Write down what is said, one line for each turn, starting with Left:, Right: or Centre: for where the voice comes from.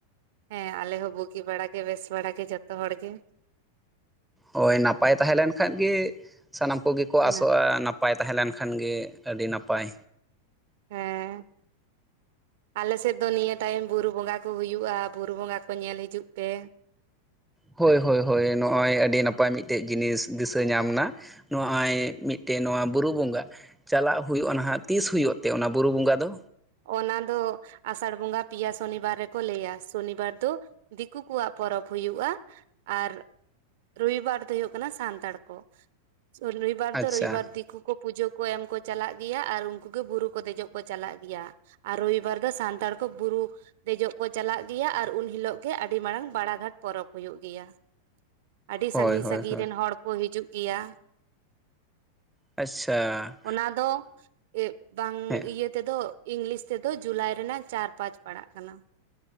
Right: ᱦᱮᱸ ᱟᱞᱮ ᱦᱚᱸ ᱵᱩᱜᱤ ᱵᱟᱲᱟᱜ ᱜᱮ, ᱵᱮᱥ ᱵᱟᱲᱟᱜ ᱜᱮ ᱡᱚᱛᱚ ᱦᱚᱲ ᱜᱮ᱾
Centre: ᱦᱳᱭ ᱱᱟᱯᱟᱭ ᱛᱟᱦᱮᱸ ᱞᱮᱱ ᱠᱷᱟᱱ ᱜᱮ ᱥᱟᱱᱟᱢ ᱠᱚᱜᱮ ᱠᱚ
Right: ᱚᱱᱟ
Centre: ᱟᱥᱚᱜᱼᱟ ᱱᱟᱯᱟᱭ ᱛᱟᱦᱮᱸ ᱞᱮᱱ ᱠᱷᱟᱱ ᱜᱤ ᱟᱹᱰᱤ ᱱᱟᱯᱟᱭ
Right: ᱦᱮᱸᱻ ᱟᱞᱮ ᱥᱮᱫ ᱫᱚ ᱱᱤᱭᱟᱹ ᱴᱟᱭᱤᱢ ᱵᱩᱨᱩ ᱵᱚᱸᱜᱟ ᱠᱚ ᱦᱩᱭᱩᱜᱼᱟ ᱵᱩᱨᱩ ᱵᱚᱸᱜᱟ ᱠᱚ ᱧᱮᱞ ᱦᱤᱡᱩᱜ ᱯᱮ
Centre: ᱦᱳᱭ, ᱦᱳᱭ, ᱦᱳᱭ ᱱᱚᱜᱼᱚᱭ ᱟᱹᱰᱤ ᱱᱟᱯᱟᱭ ᱢᱤᱫᱴᱮᱡ ᱡᱤᱱᱤᱥ ᱫᱤᱥᱟᱹ ᱧᱟᱢᱱᱟ ᱱᱚᱜᱼᱚᱭ ᱢᱤᱫ ᱴᱮᱱ ᱱᱚᱣᱟ ᱵᱩᱨᱩ ᱵᱚᱸᱜᱟ ᱪᱟᱞᱟᱜ ᱦᱩᱭᱩᱜᱼᱟ ᱱᱟᱦᱟᱜ ᱛᱤᱥ ᱦᱩᱭᱩᱜ ᱛᱮ ᱚᱱᱟ ᱵᱩᱨᱩ ᱵᱚᱸᱜᱟ ᱫᱚ?
Right: ᱚᱱᱟ ᱫᱚ ᱟᱥᱟᱲ ᱵᱚᱸᱜᱟ ᱯᱮᱭᱟ ᱥᱚᱱᱤᱵᱟᱨ ᱨᱮᱠᱚ ᱞᱟᱹᱭᱟ ᱥᱚᱱᱤᱵᱟᱨ ᱫᱚ ᱫᱤᱠᱩ ᱠᱚᱣᱟᱜ ᱯᱚᱨᱚᱵᱽ ᱦᱩᱭᱩᱜᱼᱟ ᱟᱨ ᱨᱚᱵᱤᱵᱟᱨ ᱫᱚ ᱦᱩᱭᱩᱜ ᱠᱟᱱᱟ ᱥᱟᱱᱛᱟᱲ ᱠᱚ <unintelligible> ᱚᱵᱤᱵᱟᱨ
Centre: ᱟᱪᱪᱷᱟ
Right: ᱫᱚ ᱨᱚᱵᱤᱵᱟᱨ ᱫᱤᱠᱩ ᱠᱚ ᱯᱩᱡᱟᱹ ᱠᱚ ᱮᱢ ᱠᱚ ᱪᱟᱞᱟᱜ ᱜᱮᱭᱟ ᱟᱨ ᱩᱱᱠᱩ ᱜᱮ ᱵᱩᱨᱩ ᱠᱚ ᱫᱮᱡᱚᱜ ᱠᱚ ᱪᱟᱞᱟᱜ ᱜᱮᱭᱟ ᱟᱨ ᱨᱳᱵᱤ ᱵᱟᱨ ᱫᱚ ᱥᱟᱱᱛᱟᱲ ᱠᱚ ᱵᱩᱨᱩ ᱫᱮᱡᱚᱜ ᱠᱚ ᱪᱟᱞᱟᱜ ᱜᱮᱭᱟ ᱟᱨ ᱩᱱ ᱦᱤᱞᱳᱜ ᱜᱮ ᱟᱹᱰᱤ ᱢᱟᱨᱟᱝ ᱵᱟᱲᱟ ᱜᱷᱟᱴ ᱯᱚᱨᱚᱵᱽ ᱦᱩᱭᱩᱜ ᱜᱮᱭᱟ᱾ ᱟᱹᱰᱤ
Centre: ᱦᱳᱭ
Right: ᱥᱟᱹᱜᱤᱧ
Centre: ᱦᱳᱭ
Right: ᱥᱟᱹᱜᱤᱧ
Centre: ᱦᱳᱭ
Right: ᱨᱮᱱ ᱦᱚᱲ ᱠᱚ ᱦᱤᱡᱩᱜ ᱜᱮᱭᱟ
Centre: ᱟᱪᱪᱷᱟ
Right: ᱚᱱᱟ ᱫᱚ ᱤᱷᱼᱵᱟᱝ
Centre: ᱦᱮᱸ
Right: ᱤᱭᱟᱹ <unintelligible> ᱛᱮ ᱫᱚ ᱤᱝᱞᱤᱥ ᱛᱮᱫᱚ ᱡᱩᱞᱟᱭ ᱨᱮᱱᱟᱜ ᱪᱟᱨ, ᱯᱟᱸᱪ ᱯᱟᱲᱟᱜ ᱠᱟᱱᱟ